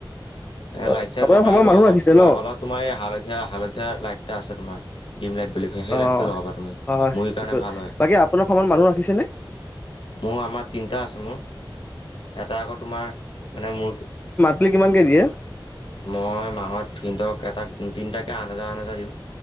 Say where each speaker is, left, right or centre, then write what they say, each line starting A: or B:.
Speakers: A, on the left (about 20°); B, on the left (about 70°).
A: আৰু
B: এ লাইট চাইট
A: আপোনাৰ
B: লগাই
A: ফাৰ্মত
B: ল'বা
A: মানুহ
B: অলপ,
A: ৰাখিছে ন
B: অলপ তোমাৰ এই হালধীয়া হালধীয়া লাইট এটা আছে তোমাৰ। ডিম লাইট বুলি কয়, সেই
A: অ
B: লাইটটো লগাবা তুমি
A: হয় হয়
B: মুগীৰ
A: সেইটো
B: কাৰণে ভাল হয়।
A: বাকী আপোনাৰ ফাৰ্মত মানুহ ৰাখিছে নে
B: মোৰ আমাৰ তিনিটা আছে মোৰ, এটা আগত তোমাৰ মানে মোৰ
A: সি কিমানকে দিয়ে।
B: মই মাহত সিহঁতক এটাক তিনটাকে আঠ হাজাৰ, আঠ হাজাৰ দিওঁ।